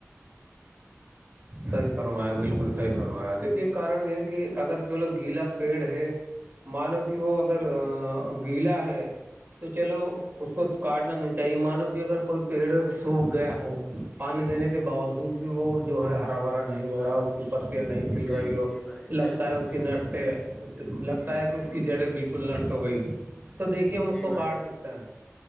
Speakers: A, on the right; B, on the left.
A: صحی فرمایا بالکل صحی فرمایا دیکھیے
B: جی
A: کن
B: بھائی
A: یہ ہے کہ اگر چلو گیلا پیڑ ہے مانو کہ وہ اگر گیلا ہے تو چلو اس کو کاٹنا نہیں چاہیے مانو کہ اگر کوئی پیڑ سوکھ گیا ہو پانی دینے کے با وجود بھی وہ جو ہے ہرا بھرا نہیں ہو رہا پتیاں نہیں کھل
B: جی
A: رہی ہو
B: جی بھائی
A: لگتا
B: بالکل
A: ہے اس
B: بالکل
A: کی نٹیں
B: بالکل
A: لگتا ہے کہ اس کی جڑیں بالکل کللہٹو گئی تو دیکھیے ہم اس
B: جی
A: کو
B: بھائی
A: کاٹ
B: بالکل
A: سکتے ہیں